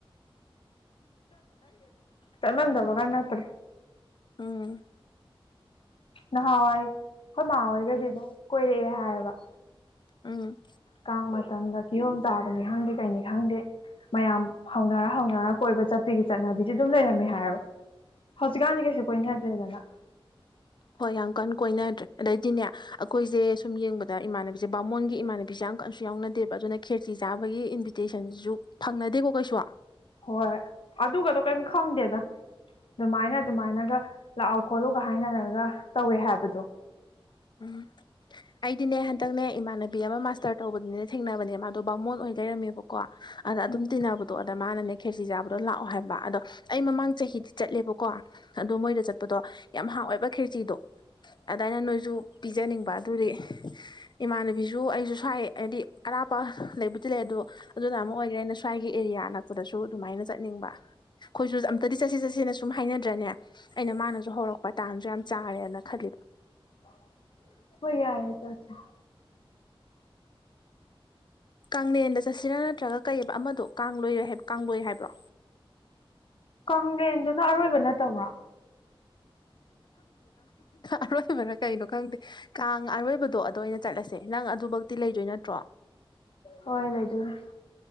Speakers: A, on the left; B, on the left.
A: ꯆꯃꯟꯕꯒꯅ ꯍꯥꯠꯇ꯭ꯔꯦ
B: ꯎꯝ
A: ꯅꯍꯥꯟꯋꯥꯏ ꯑꯩꯈꯣꯏ ꯃꯍꯍꯥꯋꯥꯣꯏꯒꯗꯤ ꯑꯗꯨꯝ ꯀꯣꯏꯔꯛꯑꯦ ꯍꯥꯏꯌꯦꯕ
B: ꯎꯝ
A: ꯀꯥꯡ ꯃꯇꯝꯗ ꯀꯤꯍꯣꯝ ꯆꯥꯕꯅꯤ ꯈꯪꯗꯦ ꯀꯩꯅꯤ ꯈꯪꯗꯦ ꯃꯌꯥꯝ ꯍꯧꯅꯔ ꯍꯧꯅꯔ ꯀꯣꯏꯕ ꯆꯠꯄꯤꯒꯤ ꯆꯠꯅꯕꯤꯁꯦ ꯑꯗꯨꯝ ꯂꯩꯔꯝꯃꯦ ꯍꯥꯏꯔꯕ ꯍꯧꯖꯤꯛꯀꯥꯟꯗꯤ ꯀꯩꯁꯨ ꯀꯣꯏꯅꯗ꯭ꯔꯦꯗꯅ
B: ꯍꯣꯏ ꯌꯥꯝ ꯀꯟꯅ ꯀꯣꯏꯅꯗ꯭ꯔꯦ ꯑꯗꯩꯗꯤꯅꯦ ꯑꯩꯈꯣꯏꯖꯦ ꯁꯨꯝ ꯌꯦꯡꯕꯗ ꯏꯃꯥꯟꯅꯕꯤꯖꯦ ꯕꯥꯃꯣꯟꯒꯤ ꯏꯃꯥꯟꯅꯕꯤꯖꯦ ꯀꯩꯁꯨ ꯌꯥꯎꯅꯗꯦꯕ ꯑꯗꯨꯅ ꯈꯦꯔ꯭ꯆꯤ ꯆꯥꯕꯒꯤ ꯏꯟꯚꯤꯇꯦꯁꯟꯁꯨ ꯐꯪꯅꯗꯦꯀꯣ ꯀꯩꯁꯨ
A: ꯍꯣꯏ ꯑꯗꯨꯒꯗꯣ ꯀꯔꯤꯝ ꯈꯪꯗꯦꯗ ꯑꯗꯨꯃꯥꯏꯅ ꯑꯗꯨꯃꯥꯏꯅꯒ ꯂꯥꯛꯑꯣ ꯈꯣꯠꯂꯨꯒ ꯍꯥꯏꯅꯔꯒ ꯇꯧꯋꯦ ꯍꯥꯏꯕꯗꯣ
B: ꯎꯝ ꯑꯩꯗꯤꯅꯦ ꯍꯟꯗꯛꯅꯦ ꯏꯃꯥꯟꯅꯕꯤ ꯑꯃ ꯃꯥꯁꯇꯔ ꯇꯧꯕꯗꯨꯅꯦ ꯊꯦꯡꯅꯕꯅꯦ ꯃꯥꯗꯣ ꯕꯥꯃꯣꯟ ꯑꯣꯏ ꯂꯩꯔꯝꯃꯦꯕꯀꯣ ꯀꯣ ꯑꯗ ꯑꯗꯨꯝ
A: ꯎꯝ
B: ꯇꯤꯟꯅꯕꯗꯣ ꯑꯗ ꯃꯥꯅꯅꯦ ꯈꯦꯆ ꯆꯥꯕꯗꯣ ꯂꯥꯛꯑꯣ ꯍꯥꯏꯕ ꯑꯗꯣ ꯑꯩ ꯃꯃꯥꯡ ꯆꯍꯤꯗꯤ ꯆꯠꯂꯦꯕꯀꯣ ꯑꯗꯣ ꯃꯣꯏꯗ ꯆꯠꯄꯗꯣ ꯌꯥꯝ ꯍꯥꯎꯋꯦꯕ ꯈꯤꯔꯆꯤꯗꯣ ꯑꯗꯥ ꯑꯩꯅ ꯅꯣꯏꯁꯨ ꯄꯤꯖꯅꯤꯡꯕ ꯑꯗꯨꯗꯤ ꯏꯃꯥꯟꯅꯕꯤꯁꯨ ꯑꯩꯁꯨ ꯁ꯭ꯋꯥꯏ ꯍꯥꯏꯗꯤ ꯑꯔꯥꯞꯄ ꯂꯩꯕꯨꯗꯤ ꯂꯩ ꯑꯗꯨꯗꯣ ꯑꯗꯨꯅ ꯑꯃ ꯑꯣꯏꯈ꯭ꯔꯦ ꯑꯩꯅ ꯁ꯭ꯋꯥꯏꯒꯤ ꯑꯦꯔꯤꯌꯥ ꯑꯅꯛꯄꯗꯁꯨ ꯑꯗꯨꯃꯥꯏꯅ ꯆꯠꯅꯤꯡꯕ ꯑꯩꯈꯣꯏꯁꯨ ꯑꯝꯇꯗꯤ ꯆꯠꯁꯤ ꯆꯠꯁꯤꯅ ꯁꯨꯝ ꯍꯥꯏꯅꯗ꯭ꯔꯅꯦ ꯑꯩꯅ ꯃꯥꯅꯁꯨ ꯍꯧꯔꯛꯄ ꯇꯥꯟꯁꯨ ꯌꯥꯝ ꯆꯥꯔꯦꯅ ꯈꯜꯂꯤꯕ
A: <inaudible> ꯍꯣꯏ ꯌꯥꯢꯌꯦ ꯆꯠꯁꯦ
B: ꯀꯪꯂꯦꯟꯗ ꯆꯠꯁꯤꯔꯥ ꯅꯠꯇ꯭ꯔꯒ ꯀꯩꯕ ꯑꯃꯗꯣ ꯀꯥꯡꯏ ꯀꯥꯡꯂꯣꯏ ꯍꯥꯏꯕ꯭ꯔꯣ
A: ꯀꯥꯡꯂꯦꯟꯗꯨꯅ ꯑꯔꯣꯏꯕ ꯅꯠꯇꯕ꯭ꯔꯣ
B: ꯑꯔꯣꯏꯕꯅ ꯀꯩꯅꯣ ꯈꯪꯗꯦ ꯀꯥꯡ ꯑꯔꯣꯏꯕꯗꯣ ꯑꯗꯨ ꯑꯣꯏꯅ ꯆꯠꯂꯁꯦ ꯅꯪ ꯑꯗꯨꯕꯛꯇꯤ ꯂꯩꯗꯣꯏ ꯅꯠꯇ꯭ꯔꯣ
A: ꯍꯣꯏ ꯂꯩꯗꯣꯏꯅꯤ